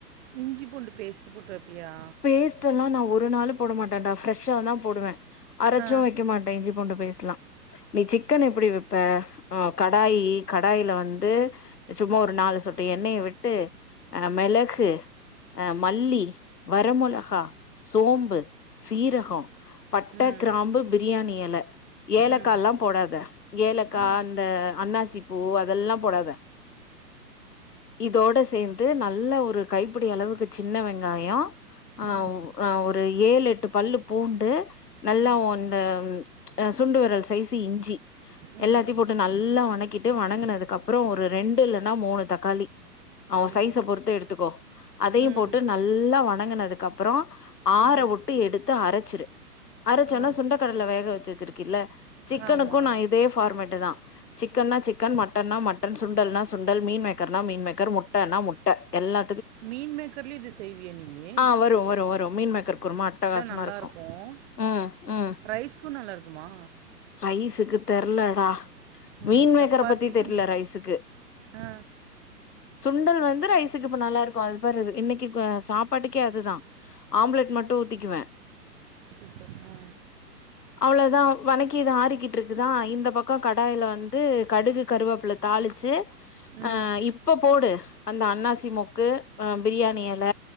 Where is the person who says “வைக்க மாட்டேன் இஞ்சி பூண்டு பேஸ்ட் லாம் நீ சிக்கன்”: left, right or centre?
Left